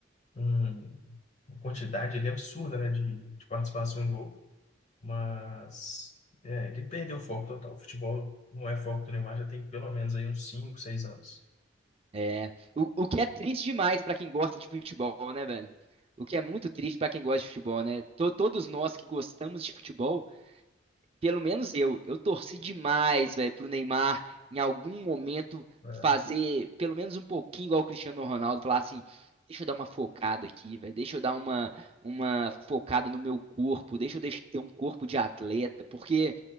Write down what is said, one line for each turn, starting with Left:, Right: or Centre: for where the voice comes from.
Left: um- uma quantidade ali absurda, né, de, de participação em gol. Mas é, ele perdeu o foco total. O futebol não é foco do Neymar já tem pelo menos aí uns 5 6 anos.
Right: É, o, o que é triste demais pra quem gosta de futebol, né, velho? O que é muito triste pra quem gosta de futebol, né? To- todos nós que gostamos de futebol Pelo menos eu, eu torci demais, velho, pro Neymar em algum momento
Left: É,
Right: fazer pelo menos um pouquinho igual o Cristiano Ronaldo, falar assim, deixa eu dar uma focada aqui, velho, deixa eu dar uma, uma focada no meu corpo, deixa eu deix- ter um corpo de atleta, porque,